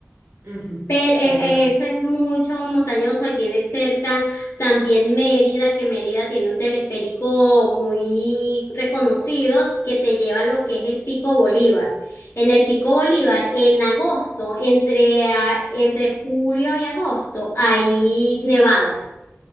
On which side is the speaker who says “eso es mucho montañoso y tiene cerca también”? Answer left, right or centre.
Left